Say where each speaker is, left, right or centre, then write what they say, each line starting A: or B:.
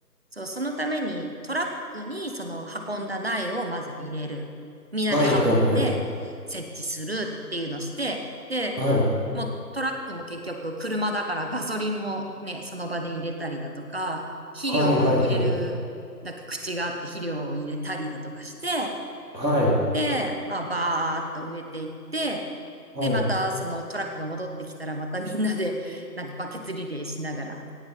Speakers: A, on the right; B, on the right.
A: そう、そのためにトラックにその運んだ苗をまず入れる。みんなで運んで設置するっていうのして、
B: はいはいはい。
A: で、
B: はい。
A: もうトラックも結局車だからガソリンもね、その場で入れたりだとか、肥料を入れる、
B: はいはいはい。
A: なんか口があって肥料を入れたりだとかして、
B: はい。
A: で、まあバーっと植えていって、
B: はい。
A: で、またそのトラックが戻ってきたらまたみんなでなんかバケツリレーしながら